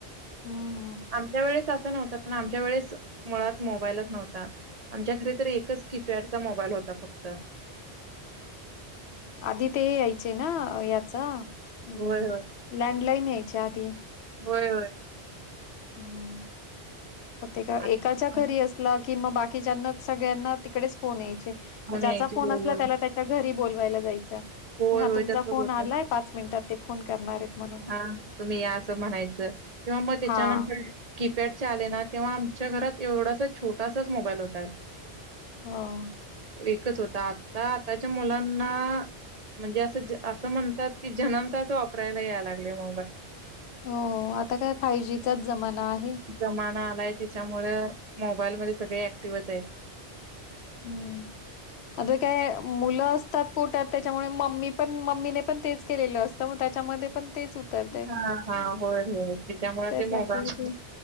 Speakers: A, on the left; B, on the right.
A: हम्म
B: आमच्या वेळेस असं नव्हत प आमच्या वेळेस मुळात मोबाईलच नव्हता आमच्या घरी तर एकच कीपॅडचा मोबाईल होता फक्त
A: आधी ते यायचे ना याचम्
B: होय, होय.
A: लँडलाईन यायचे आधी
B: होय होय
A: हम्म प्रेका
B: आत्ताच
A: एकाच्या घरी अस कि मग बाकीच्याना सगळ्यांना तिकडेच फोन यायचे ्या
B: यायची
A: फोन
B: बरोबर.
A: अस त्याला त्या घरी बवायला जा
B: होय, होय.
A: क हा
B: होय
A: तुमचा
B: तसं
A: फोन
B: होतं.
A: आलाय पाच मिनिटात ते फोन करणार आहेत म्हणून
B: तुम्ही या अस म्हणायचं किंवा मग त्याच्यानंतर
A: हां.
B: कीपॅडच्या आले ना तेव्हा आमच्या घरात एवढासा छोटासाच मोबाईल होता
A: ह
B: एकच होता आता आताच्या मुलांना म्हणजे असं असं म्हणतात की जनताच वापरायला याय लागले मोबाईल
A: हो आता काय फायव जीचाच जमाना आहे
B: जमाना आलाय त्याच्यामु मोबाईलमध्ये सगळे ऍक्टिव्हच आहेत
A: हम्म अता काय मुलं असतात पोटात त्याच्यामुळे मम्मी पण मम्मी पण तेच केलेलं असतं मग त्याच्यामध्ये पण तेच उतरतंय.
B: हा हा होय होय त्याच्यामुळे
A: त्याच
B: ते
A: ऍक्टिव्हिटी
B: मोबाईल